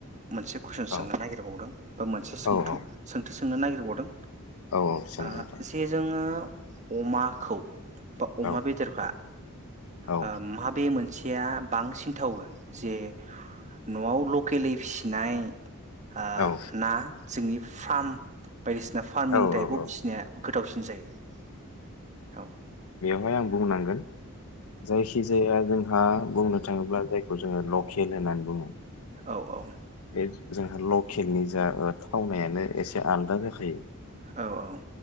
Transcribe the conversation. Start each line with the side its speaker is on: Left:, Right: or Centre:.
Right: मोनसे कुइसन सोंनो
Left: औ
Right: नागिरबावदों बा मोनसे सोंथु
Left: औ औ
Right: सोंथि सोंनो नागिरबावदों
Left: औ सों
Right: ओ
Left: नोंथां
Right: जे जोङो अमाखौ बा अमा
Left: औ
Right: बेदरफा
Left: औ
Right: आ माबे मोनसे गैया बांसिन थावो जे न'आव लकेलै फिसिनाय ओ
Left: औ
Right: ना जोंनि फार्म बायदिसिना फारमिं
Left: औ
Right: टाइपआव
Left: औ
Right: फिसिनाया गोथावसिन जायो औ।
Left: खायनो आं बुंनांगोन- जायखि जाया जों आ बुंनो थाङोब्ला जायखौ जोङो लकेल होननानै बुङो
Right: औ औ।
Left: बे जोंहा लकेलनि जा ओ थावनायानो एसे आलदा जाखायो।
Right: औ औ।